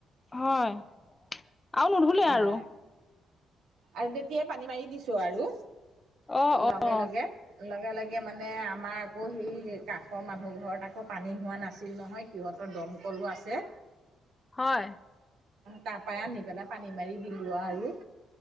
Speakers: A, on the left; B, on the right.
A: হয়। আৰু নুধুলে
B: অ'
A: আৰু
B: আৰু তেতিয়াই পানী মাৰি দিছোঁ আৰু।
A: অ অ।
B: লগে, লগে লগে লগে মানে আমাৰ আকৌ সেই কাষৰ মানুহ ঘৰত আকৌ পানী হোৱা নাছিল নহয় সিহঁতৰ দমকলো আছে
A: হয়।
B: তাৰ পৰাই আনি পেলাই পানী মাৰি দিলো আৰু